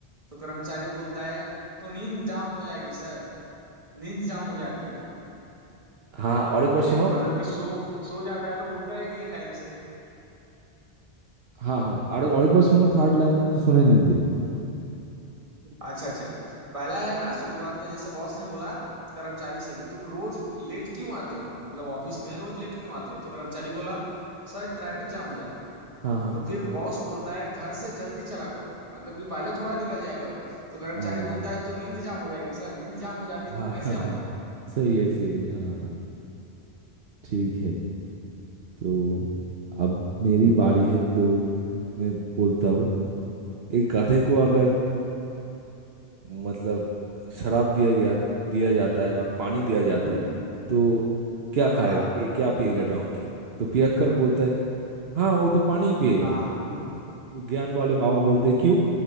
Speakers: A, on the right; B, on the right.
A: तो कर्मचारी बोलता है तो नींद जाम हो जाएगी सर नींद जाम हो जाती है
B: हाँ हाँ,
A: <laughs>
B: और एक बार सुनो
A: मतलब कि सो सो जाता है तो उठता ही नहीं है टाइम से
B: हाँ हाँ और और एक बार सुनो थर्ड लाइन मुझे सुनाई नहीं दिया
A: अच्छा अच्छा पहला है ना शुरुआत में जैसे बॉस ने बोला कर्मचारी से कि तुम रोज लेट क्यों आते हो मतलब ऑफिस में रोज लेट क्यों आते हो तो कर्मचारी बोला सर ट्रैफिक जाम हो जाता है
B: हाँ हाँ
A: तो फिर बॉस बोलता है घर से जल्दी चला करो मतलब कि पहले थोड़ा निकल जाया करो तो कर्मचारी
B: हाँ
A: बोलता है तो नींद जाम हो जाएगी सर नींद जाम हो जाती है तो
B: हाँ
A: कैसे
B: हाँ
A: आऊंगा
B: हाँ, सही है सही है हाँ हाँ ठीक है तो अब मेरी बारी है तो मैं बोलता हूँ एक गधे को अगर मतलब शराब दिया गया दिया जाता है और पानी दिया जाता
A: हम्म,
B: है तो क्या खाएगा
A: हाँ
B: पी, क्या पिएगा डोंकी तो पियक्कर बोलता है हाँ वो तो पानी ही पिएगा
A: हाँ हाँ
B: तो वो ज्ञान वाले बाबा बोलते क्यों